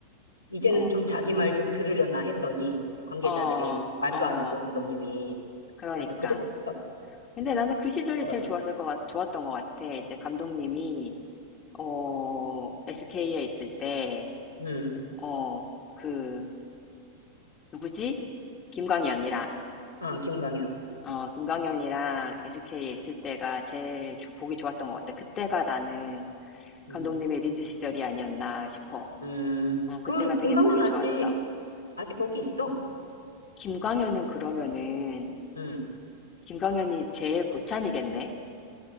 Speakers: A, on the left; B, on the left.
A: 이제는
B: 어,
A: 좀 자기 말 좀 들으려나 했더니, 관계자들이
B: 어,
A: 말도
B: 어,
A: 안 듣고 감독님이.
B: 그러니까.
A: 맞아. 그랬을 것
B: 근데 나는 그 시절이
A: 같아.
B: 제일 좋았을 것 같, 좋았던 것 같아. 이제 감독님이 어, SK에 있을 때
A: 응,
B: 어, 그 누구지? 김광현이랑
A: 아, 김광현.
B: 어, 김광현이랑 SK에 있을 때가 제일 조- 보기 좋았던 것 같아. 그때가 나는
A: 응.
B: 감독님의 리즈 시절이 아니었나 싶어.
A: 음,
B: 어,
A: 그,
B: 그때가 되게
A: 김강현
B: 보기
A: 아직,
B: 좋았어.
A: 아직 거기 있어.
B: 김광현은 그러면은,
A: 음,
B: 김광현이 제일 고참이겠네?